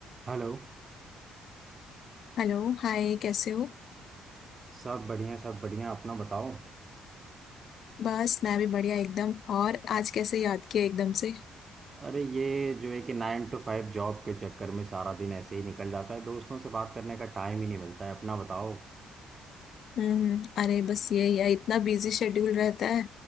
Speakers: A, on the right; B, on the left.
A: Hello
B: Hello hi कैसे हो
A: सब बढ़िया सब बढ़िया अपना बताओ
B: बस मैं भी बढ़िया एकदम और आज कैसे याद किया एकदम से
A: अरे ये जो है कि नाइन टू फाइव जॉब के चक्कर में सारा दिन ऐसे ही निकल जाता है दोस्तों से बात करने का टाइम ही नहीं मिलता है अपना बताओ
B: हम्म अरे बस यही है इतना बिजी शेड्यूल रहता है